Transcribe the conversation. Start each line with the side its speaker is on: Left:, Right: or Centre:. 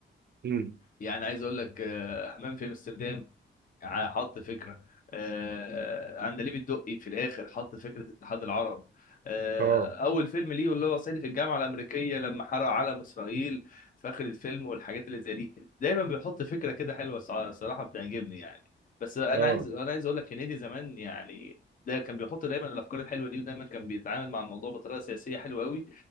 Right: امم
Left: يعني عايز اقول لك آه، حمام في امستردام ع- حط فكرة آه، عندليب الدقي في الآخر حط فكرة اتحاد العرب آه،
Right: اه
Left: أول فيلم ليه اللي هو صعيدي في الجامعة الأمريكية لما حرق علم إسرائيل في آخر الفيلم والحاجات اللي زي دي دايما بيحط فكرة كده حلوة صع- صراحة بتعجبني يعني بس أنا
Right: اه
Left: عايز أنا عايز أقول لك هنيدي زمان يعني ده كان بيحط دايما الأفكار الحلوة دي ودايما كان بيتعامل مع الموضوع بطريقة سياسية حلوة قوي